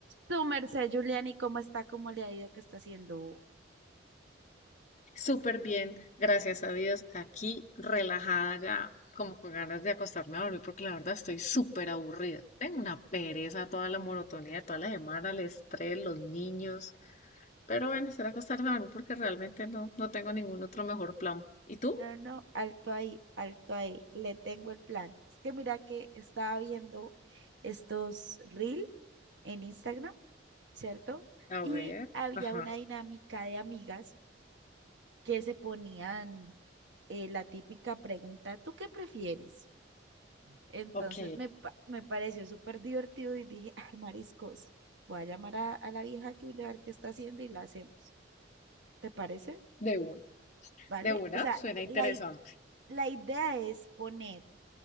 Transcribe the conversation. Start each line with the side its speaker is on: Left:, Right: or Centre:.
Right: Tu merced, Juliani, ¿cómo está? ¿Cómo le ha ido? ¿Qué está haciendo?
Left: Súper bien, gracias a Dios. Aquí relajada ya, como con ganas de acostarme a dormir, porque la verdad estoy súper aburrida. Tengo una pereza, toda la monotonía de toda la semana, el estrés, los niños. Pero bueno, será acostarme a dormir porque realmente no, no tengo ningún otro mejor plan. ¿Y tú?
Right: No, no, alto ahí, alto ahí, le tengo el plan. Es que mira que estaba viendo estos reel en Instagram, ¿cierto?
Left: A
Right: Y
Left: ver,
Right: había
Left: ajá,
Right: una dinámica de amigas que se ponían eh, la típica pregunta, ¿tú qué prefieres? Entonces
Left: ok,
Right: me, pa- me pareció súper divertido y dije, ah, mariscos, voy a llamar a, a la vieja Julia a ver qué está haciendo y la hacemos. ¿Te parece?
Left: de una,
Right: ¿vale?
Left: de una,
Right: O sea,
Left: suena interesante.
Right: la, i- la idea es poner